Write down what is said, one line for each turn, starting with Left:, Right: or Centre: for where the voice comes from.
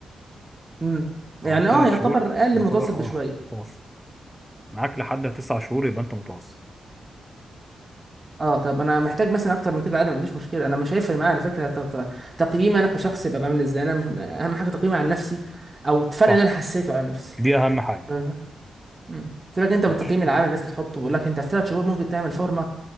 Right: امم يعني
Centre: أو التلات
Right: اه يعتبر
Centre: شهور
Right: اقل
Centre: يعتبر
Right: متوسط
Centre: أه
Right: بشويه
Centre: متوسط معاك لحد تسع شهور يبقى أنت متوسط
Right: اه طب انا محتاج مثلا اكتر من كده عادي ما عنديش مشكله انا مش هيفرق معايا على فكره ت- ت- تقييمي انا كشخص يبقى بعمل ازاي انا مش- اهم حاجه تقييمي عن نفسي او الفرق
Centre: صح
Right: اللي انا حسيته على نفسي
Centre: دي أهم حاجة
Right: فاهم ده؟ مم. سيبك انت من
Centre: ماشي
Right: التقييم العام الناس بتحطه بيقول لك انت في ثلاث شهور ممكن تعمل فورمه